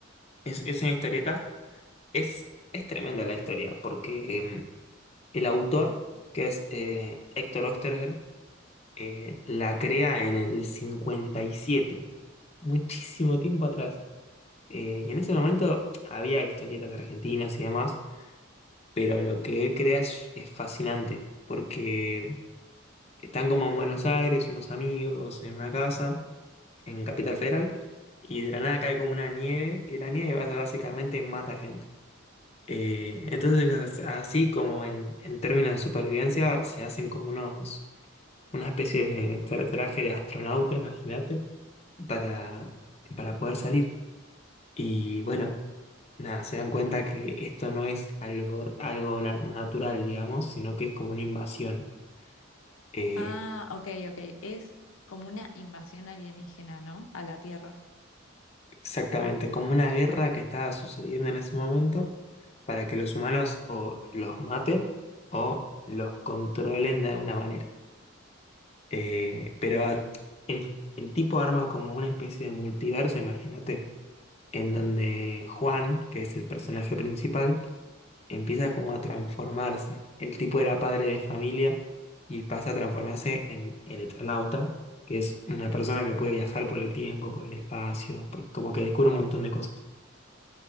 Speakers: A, on the left; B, on the left.
A: Es, es una historieta. Es, es tremenda la historia porque mm, el autor, que es eh, Héctor Oesterhel, eh, la crea en el 57, muchísimo tiempo atrás. Eh, y en ese momento había historietas argentinas y demás, pero lo que él crea es, es fascinante, porque están como en Buenos Aires, unos amigos, en una casa, en Capital Federal, y de la nada cae como una nieve, que la nieve bas- básicamente mata gente. Eh, entonces, así como en, en términos de supervivencia, se hacen como unos, una especie de tra- traje de astronauta, imagínate, para, para poder salir. Y bueno. nada, se dan cuenta que esto no es algo, algo na- natural, digamos, sino que es como una invasión. Eh,
B: Ah, ok, ok, es como una invasión alienígena, ¿no? A la Tierra.
A: exactamente, como una guerra que estaba sucediendo en ese momento para que los humanos o los maten o los controlen de alguna manera. Eh, pero a- el, el tipo arma como una especie de multiverso, imagínate, en donde Juan, que es el personaje principal, empieza como a transformarse. El tipo era padre de familia y pasa a transformarse en el Eternauta, que es una persona que puede viajar por el tiempo, por el espacio, por- como que descubre un montón de cosas.